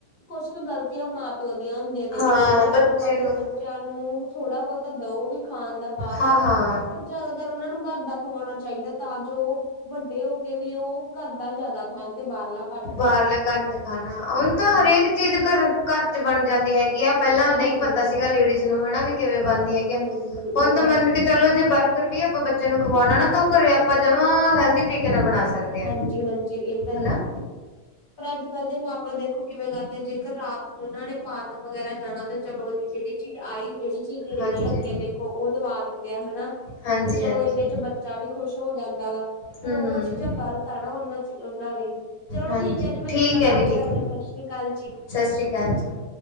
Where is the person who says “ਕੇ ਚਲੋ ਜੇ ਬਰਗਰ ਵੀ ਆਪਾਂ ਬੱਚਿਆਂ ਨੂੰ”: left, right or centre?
Left